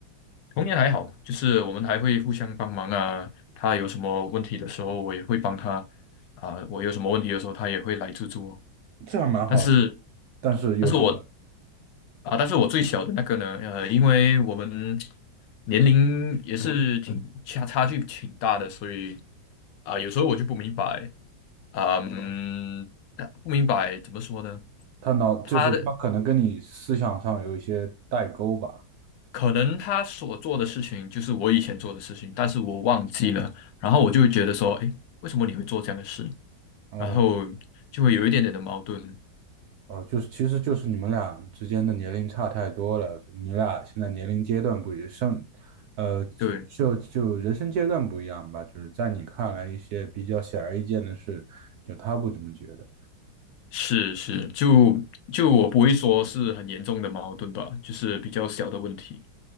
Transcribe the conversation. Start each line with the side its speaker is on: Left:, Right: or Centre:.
Left: 童年还好，就是我们还会互相帮忙啊。他有什么问题的时候，我也会帮他啊、我有什么问题的时候，他也会来助助我。
Right: 这还蛮好的。
Left: 但是，
Right: 但是有什么？
Left: 但是我啊，但是我最小的那个呢，呃，因为我们年龄也是挺差差距挺大的，所以啊、有时候我就不明白。啊，嗯，但不明白怎么说呢？
Right: 他脑就是他可能跟你思想上有一些代沟吧。
Left: 他的可能他所做的事情就是我以前做的事情，但是我忘记了，然后我就会觉得说，哎，为什么你会做这样的事？
Right: 哦
Left: 然后就会有一点点的矛盾。
Right: 哦，就是其实就是你们俩之间的年龄差太多了，你俩现在年龄阶段不一样，生呃就就就人生阶段不一样吧。
Left: 对，
Right: 就是在你看来一些比较显而易见的事，就他不怎么觉得。
Left: 是是，就就我不会说是很严重的矛盾吧，就是比较小的问题